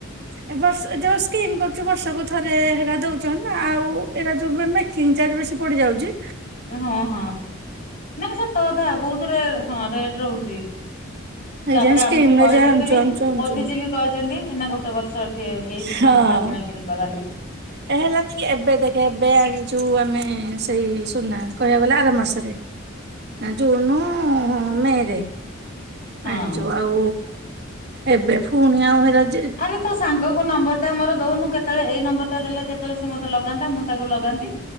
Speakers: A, on the right; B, on the left.
A: ଏ ବର୍ଷ ଯୋଉ କିମ୍ କରୁଛୁ ବର୍ଷକୁୁ ଥରେ ହେରା ଦଉଛନ୍ତି ନା ଆଉ ଏଟା ଯୋଉ ମେମେ ମେକିଂ ଚାର୍ଜ ବେଶୀ ପଡିଯାଉଛି
B: ହଁ ହଁ ନାଇଁ ସେ ତ ଅଧା ବହୁତରେ ହଁ ରେଟ ରହୁଛି
A: ଏଇଥିପାଇଁ
B: ତାପରେ
A: ସ୍କିମ୍
B: ଆମକୁ କହିଛନ୍ତି
A: ରେ ଯାହା ଆଣୁଛୁ
B: ବି
A: ଆଣୁଛୁ ଆଣୁଛୁ
B: ମୋଦି ଯିବି କହିଛନ୍ତି ଏ ନା ଗୋଟେ ବର୍ଷଠ କେହି ସୁନା
A: ହଁ।
B: କିଣା କିିଣି କରନି
A: ଏ ହେଲାନି କି ଏବେ ଦେଖେ ଏବେ ଆଣିଛୁ ଆମେ ସେଇ ସୁନା କହିବାକୁ ଗଲା ଆର ମାସରେ
B: <inaudible>
A: ଆ ଜୁନ ମେ ରେ
B: ହଁ।
A: ଆଣିଛୁ ଆଉ ଏବେ ଫୁଣି ଆଉହେରା ଯେ
B: ଆରେ ତୋ ସାଙ୍ଗ କୁ ନମ୍ବର ସେ ମୋର ଦଉନୁ କେତେବେଳେ ଏଇ ନମ୍ବର ଟା ଦେଲେ କେତେବେଳେ ସେ ମତେ ଲଗନ୍ତା ମୁଁ ତାକୁ ଲଗାନ୍ତି।